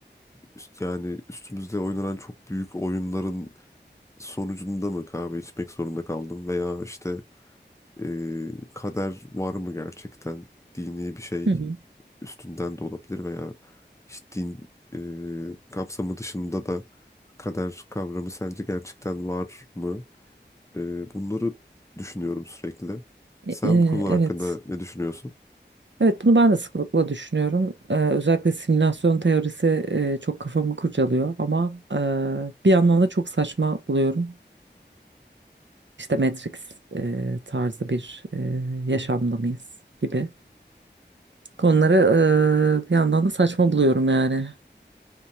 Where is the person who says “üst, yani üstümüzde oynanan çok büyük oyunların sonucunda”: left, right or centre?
Left